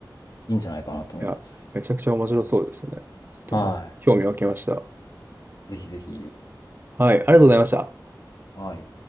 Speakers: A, on the left; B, on the right.
A: いいんじゃないかなと思います
B: いや、めちゃくちゃ面白そうですね。ちょっと、
A: は
B: ま、興味湧きました。
A: いぜひぜひ
B: はい、ありがとうございました。
A: はい